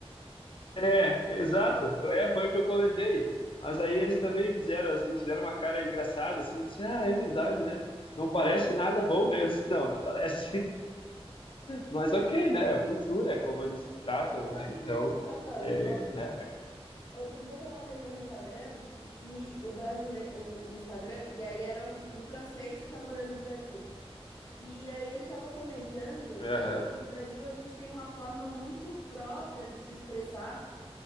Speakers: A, on the left; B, on the left.
A: É, exato, foi, é, foi o que eu comentei. Mas aí eles também fizeram assim, fizeram uma cara engraçada, assim, e disse, ah, é verdade, né? Não parece nada bom, né? Eu disse, não, não parece. Mas ok, né? É A cultura é como eles tratam,
B: <laughs> Sabe
A: né? Então,
B: que eu tava.
A: é,
B: ó,
A: né?
B: Outro dia eu tava vendo no Instagram que o brasileiro. O, o Instagram, e aí era um, um francês que tá morando no Brasil. E aí ele tava comentando
A: É,
B: que
A: aham.
B: no Brasil a gente tem uma forma muito própria de se expressar.